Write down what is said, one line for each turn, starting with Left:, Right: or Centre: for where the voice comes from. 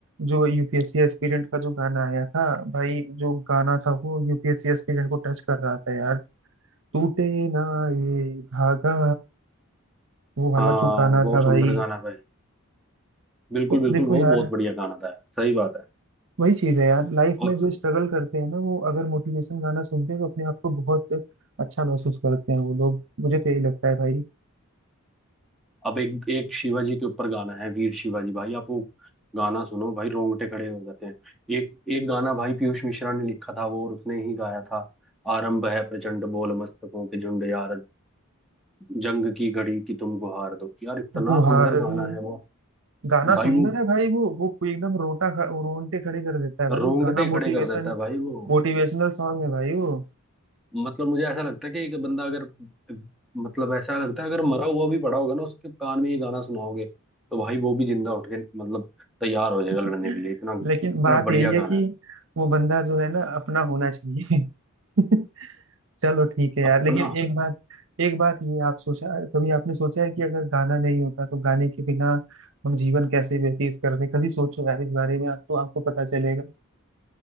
Right: जो यूपीएससी एस्पिरेंट का जो गाना आया था भाई जो गाना था वो यूपीएससी एस्पिरेंट को टच कर रहा था यार टूटे ना ये धागा वो वाला
Centre: हाँ
Right: जो गाना
Centre: बहुत
Right: था
Centre: सुंदर
Right: भाई
Centre: गाना है भाई बिल्कुल
Right: तो
Centre: बिल्कुल
Right: देखो
Centre: वो
Right: यार
Centre: बहुत बढ़िया गाना था सही बात
Right: वही चीज है यार लाइफ
Centre: है
Right: में जो स्ट्रगल करते हैं ना वो अगर मोटिवेशन गाना सुनते हैं तो अपने आप को बहुत अच्छा महसूस करते हैं वो लोग मुझे तो यही लगता है भाई
Centre: अब एक एक शिवाजी के ऊपर गाना है वीर शिवाजी भाई आप वो गाना सुनो भाई रोंगटे खड़े हो जाते हैं एक एक गाना भाई पीयूष मिश्रा ने लिखा था वो और उसने ही गाया था आरंभ है प्रचंड बोल मस्तकों के झुंड यार जंग की घड़ी की तुमको हार दो यार इतना
Right: गुहार
Centre: सुंदर गाना
Right: दो
Centre: है वो
Right: गाना सुंदर
Centre: भाई वो
Right: है भाई वो वो कोई एकदम रोटा ख- रोंगटे खड़े कर देता है भाई
Centre: रोंगटे
Right: वो गाना
Centre: खड़े
Right: मोटिवेशन
Centre: कर देता है भाई वो
Right: मोटिवेशनल सॉन्ग है भाई वो
Centre: मतलब मुझे ऐसा लगता है कि एक बंदा अगर मतलब ऐसा लगता है अगर मरा हुआ भी पड़ा होगा ना उसके कान में ये गाना सुनाओगे तो भाई वो भी जिंदा उठ के मतलब तैयार हो जाएगा
Right: <laughs>
Centre: लड़ने के लिए इतना
Right: लेकिन
Centre: इतना
Right: बात
Centre: बढ़िया
Right: यही है
Centre: गाना
Right: कि
Centre: है
Right: वो बंदा जो है ना अपना होना चाहिए <laughs> चलो ठीक है यार
Centre: अपना
Right: लेकिन एक बात एक बात ये आप सोचा कभी आपने सोचा है कि अगर गाना नहीं होता तो गाने के बिना हम जीवन कैसे व्यतीत करते कभी सोचो यार इस बारे में आपको आपको पता चलेगा